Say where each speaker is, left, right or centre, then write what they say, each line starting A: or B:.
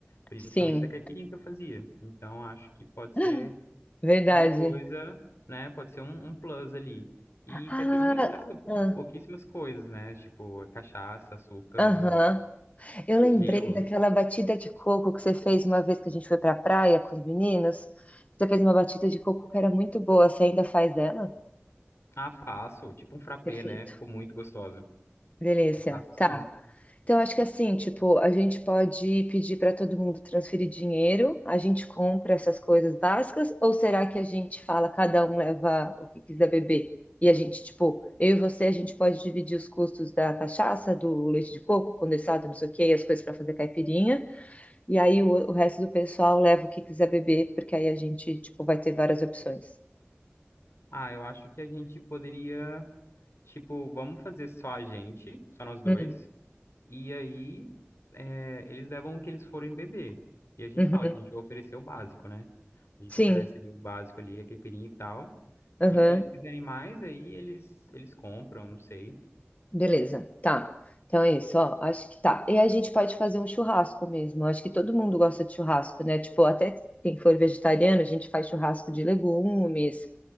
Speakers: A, on the left; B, on the left.
A: Principalmente
B: sim,
A: da caipirinha que eu fazia. Então, acho que pode
B: <gasps>
A: ser
B: verdade.
A: uma coisa, né? Pode ser um, um plus ali. E
B: Ah,
A: caipirinha leva
B: ah,
A: pouquíssimas coisas, né? Tipo, é cachaça, açúcar,
B: aham.
A: limão
B: Eu
A: e
B: lembrei
A: gelo.
B: daquela batida de coco que você fez uma vez que a gente foi pra praia com os meninos. Você fez uma batida de coco que era muito boa. Você ainda faz dela?
A: Ah, faço, tipo um frappé,
B: Perfeito.
A: né? Ficou muito gostoso.
B: Delícia.
A: Eu faço sim.
B: Tá. Então, acho que assim, tipo, a gente pode pedir para todo mundo transferir dinheiro, a gente compra essas coisas básicas, ou será que a gente fala, cada um leva o que quiser beber? E a gente, tipo, eu e você, a gente pode dividir os custos da cachaça, do leite de coco, condensado, não sei o quê, e as coisas para fazer caipirinha. E aí o, o resto do pessoal leva o que quiser beber, porque aí a gente, tipo, vai ter várias opções.
A: Ah, eu acho que a gente poderia. Tipo, vamos fazer só a gente, só nós dois.
B: Hum,
A: E aí, é, eles levam o que eles forem beber. E a gente
B: uhum,
A: fala que a gente vai oferecer o básico, né? A gente
B: Sim,
A: oferece ali o básico ali, a caipirinha e tal.
B: uhum,
A: E se eles quiserem mais, aí eles, eles compram, não sei.
B: beleza, tá. Então é isso, ó, acho que tá. E a gente pode fazer um churrasco mesmo. Acho que todo mundo gosta de churrasco, né? Tipo, até quem for vegetariano, a gente faz churrasco de legumes,